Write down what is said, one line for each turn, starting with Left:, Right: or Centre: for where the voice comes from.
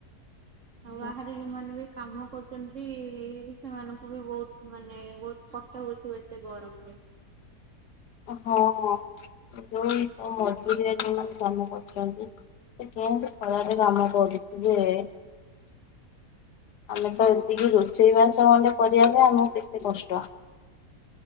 Left: ଗରମ।
Right: ଆଉ ବାହାରେ ଯୋଉମାନେ ବି କାମ କରୁ ଚନ୍ତି ସେମାନଙ୍କୁ ବି ବହୁତ ମାନେ ବହୁତ କଷ୍ଟ ହଉଥିବ ଏତେ ଗରମରେ।
Left: ହଁ ଯୋଉ ମଜୁରିଆ ଯୋଉମାନେ କାମ କରୁଛନ୍ତି ସେ କେଏଁତି ଖରାରେ କାମ କରୁଥିବେ? ଆମେ ତ ଏତିକି ରୋଷେଇ ବାସ ଗଣ୍ଡେ କରିବାକୁ ଆମକୁ କେତେ କଷ୍ଟ